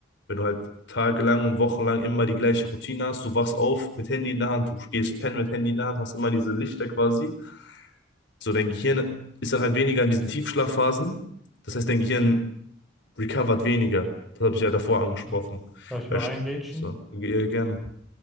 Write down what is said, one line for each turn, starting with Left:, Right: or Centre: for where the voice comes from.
Left: wenn du halt tagelang, wochenlang immer die gleiche Routine hast, du wachst auf mit Handy in der Hand, du gehst pennen mit Handy in der Hand, hast immer diese Lichter quasi. So, dein Gehirn ist dann halt weniger in diesen Tiefschlafphasen. Das heißt, dein Gehirn recovert weniger. Das habe ich ja davor angesprochen.
Centre: Ja. Darf ich
Left: Verst-
Centre: mal reingrätschen?
Left: So, ge- äh, gerne.